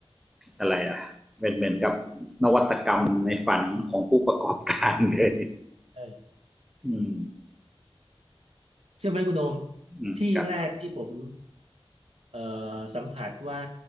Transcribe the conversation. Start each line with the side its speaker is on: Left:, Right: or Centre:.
Centre: อะไรอ่ะเป็นเหมือนกับนวัตกรรมในฝันของผู้ประกอบการเลย
Right: ใช่
Centre: อืม
Right: เชื่อไหมคุณโอม
Centre: อืมครับ
Right: ที่แรกที่ผมเอ่อสัมผัสว่า